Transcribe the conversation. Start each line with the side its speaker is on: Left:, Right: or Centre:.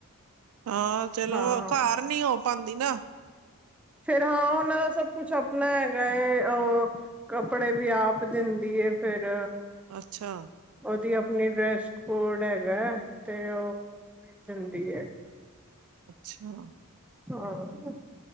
Right: ਹਾਂ ਚਲੋ
Centre: ਹਾਂ
Right: ਘਰ ਨੀ ਹੋ ਪਾਂਦੀ ਨਾ।
Centre: ਫੇਰ ਹੋ ਔਨਾਂ ਦਾ ਸਭ ਕੁਛ ਆਪਨਾ ਹੈਗਾ ਏ ਔ, ਕੱਪੜੇ ਵੀ ਆਪ ਦਿੰਦੀ ਏ ਫੇਰ।
Right: ਅੱਛਾ।
Centre: ਉਹਦੀ ਆਪਨੀ ਡਰੈਸ ਕੋਡ ਹੈਗਾ, ਤੇ ਔ ਵੀ ਦਿੰਦੀ ਏ।
Right: ਅੱਛਾ।
Centre: ਹਾਂ।